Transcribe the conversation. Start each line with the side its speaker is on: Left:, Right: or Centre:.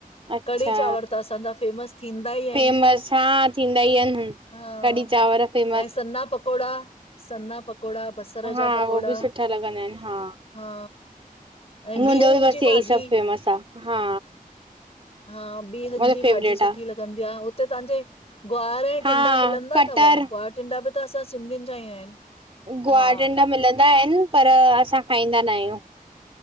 Right: अच्छा
Left: कढ़ी चांवर त असांजा फेमस थींदा ई आहिनि,
Right: फेमस हा थींदा ई आहिनि
Left: हा
Right: कढ़ी चांवर फेमस
Left: ऐं सना पकोड़ा। सन्ना पकोड़ा बसर
Right: हा
Left: जा पकोड़ा
Right: हो बि सुठा लॻंदा आहिनि, हा।
Left: हा ऐं बीहनि
Right: मुंजो ॿि बस
Left: जी
Right: हियइ
Left: भाॼी
Right: सब फेमस आ, हा।
Left: हा, ॿीहन
Right: मुंहिंजो
Left: जी
Right: फेवरेट
Left: भाॼी सुठी
Right: आ
Left: लॻंदी आ, हुते तव्हांजे ग्वार ग्वार,
Right: हा
Left: टिंडा मिलंदा
Right: कटर
Left: थव ग्वार, टिंडा बि त असां सिंधियुनि जा ई आहिन।
Right: ग्वार,
Left: हा
Right: टिंडा मिलंदा आहिनि पर असां खाईंदा न आहियूं